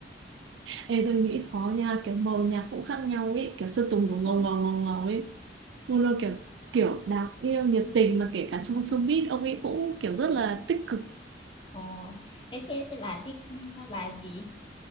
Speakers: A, on the right (about 85°); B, on the left (about 30°).
A: Ê, tôi nghĩ khó nha kiểu màu nhạc cũng khác nhau ấy kiểu Sơn Tùng cũng
B: Ờ,
A: ngầu ngầu ngầu ngầu ấy Mono kiểu kiểu đáng yêu nhiệt tình mà kể cả trong showbiz ông ấy cũng kiểu rất là tích cực
B: ờ. Ê, thế thế bà thích ờ, bài gì?